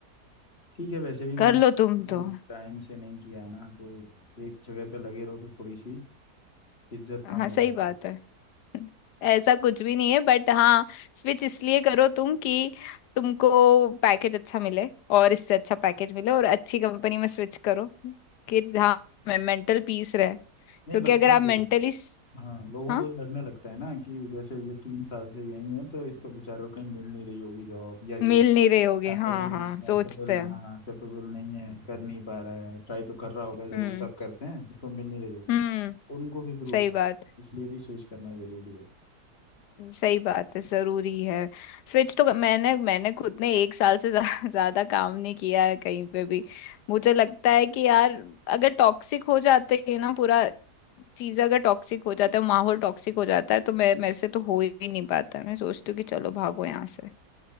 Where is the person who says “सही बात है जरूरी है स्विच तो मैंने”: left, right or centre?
Left